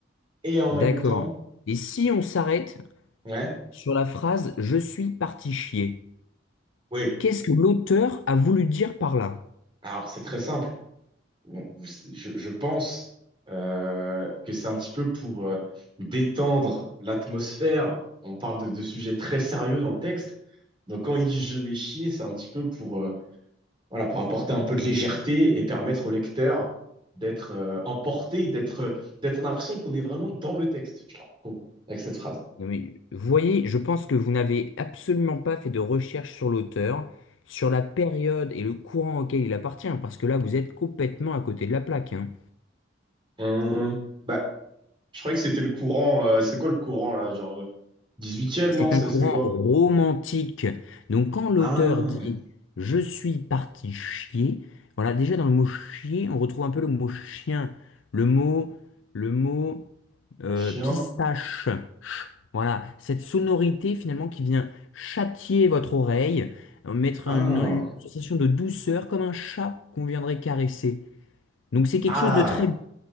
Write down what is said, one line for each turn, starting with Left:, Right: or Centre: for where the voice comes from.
Right: Et en
Left: D'accord.
Right: même temps,
Left: Et si on s'arrête
Right: ouais,
Left: sur la phrase Je suis parti chier,
Right: oui.
Left: qu'est-ce que l'auteur a voulu dire par là?
Right: Alors, c'est très simple. Bon, vous- je, je pense euh, que c'est un petit peu pour euh, détendre l'atmosphère. On parle de, de sujets très sérieux dans le texte. Donc, quand il dit je vais chier, c'est un petit peu pour euh, voilà, pour apporter un peu de légèreté et permettre au lecteur d'être euh, emporté, d'être, euh, d'être on a l'impression qu'on est vraiment dans le texte, je trouve, avec cette phrase.
Left: Non mais, vous voyez, je pense que vous n'avez absolument pas fait de recherche sur l'auteur, sur la période et le courant auquel il appartient, parce que là, vous êtes complètement à côté de la plaque, hein.
Right: Hum, bah, je croyais que c'était le courant, euh, c'est quoi le courant là, genre euh, 18e,
Left: C'est
Right: non, c'est
Left: un courant
Right: c'est quoi?
Left: romantique. Donc quand l'auteur
Right: Ah,
Left: dit je suis parti chier, voilà, déjà dans le mot chier, on retrouve un peu le mot chien, le mot le mot euh,
Right: chien.
Left: pistache. Ch. Voilà, cette sonorité finalement qui vient châtier votre oreille, euh, mettre
Right: Ah,
Left: une, une sensation de douceur comme un chat qu'on viendrait caresser. Donc c'est quelque
Right: ah,
Left: chose de très...